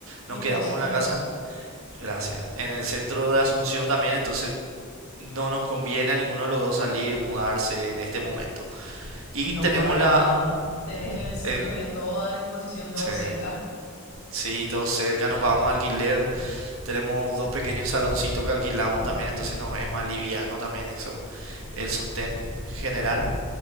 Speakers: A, on the right; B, on the left.
A: nos
B: Mis
A: quedamos
B: pésames.
A: en la casa. Gracias. En el centro de Asunción también, entonces no nos conviene a ninguno de los dos salir, mudarse en este momento. Y
B: No,
A: tenemos
B: para
A: la...
B: nada. Tenés en el centro,
A: eh,
B: tenés todo a disposición, todo
A: sí,
B: cerca.
A: sí, todo cerca, no pagamos alquiler, tenemos dos pequeños saloncitos que alquilamos también, entonces nos es más liviano también eso, el sostén general.